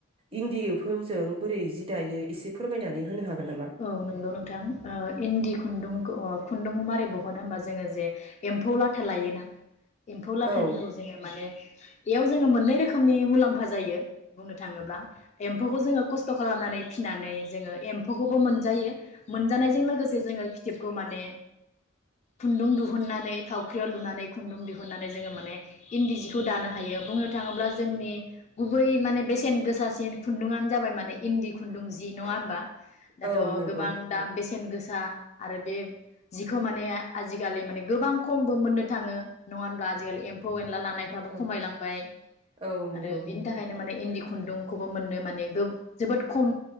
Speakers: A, on the right; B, on the left.
A: इन्दि एमफौजों बोरै जि दायो एसे फोरमायनानै होनो हागोन नामा?
B: औ नंगौ नोंथां ओ इन्दि खुन्दुं खौ खुन्दुं मारै बहनो होमबा जोङो जे एम्फौ लाथा लायोना एम्फौ लाथानिखौ
A: औ
B: जोङो माने बेयाव जोङो मोननै रोखोमनि मुलाम्फा जायो बुंनो थाङोब्ला एम्फौखौ जोङो खस्थ' खालामनानै फिनानै जोङो एम एमफौखौबो मोनजायो मोनजानायजों लोगोसे जोङो फिथोबखौ माने खुन्दुं दुहुननानै थावख्रियाव लुनानै खुन्दुं दिहुननानै जोङो माने इन्दि जिखौ दानो हायो बुंनो थाङोब्ला जोंनि गुबै माने बेसेन गोसासिन खुन्दुंङानो जाबाय माने इन्दि खुन्दुं जि नङा होमबा दाथ'
A: औ नंगौ
B: गोबां दाम बेसेन गोसा दा आरो बे जिखौ माने आजिखालि माने गोबां खमबो मोननो थाङो नङा होनब्ला आजिखालि एम्फौ एनला लान नायफ्राबो
A: औ
B: खमायलांबाय
A: औ नंगौ
B: आरो बिनि थाखायनो माने इन्दि खुन खुन्दुंखौबो मोननो माने गोब जोबोद खम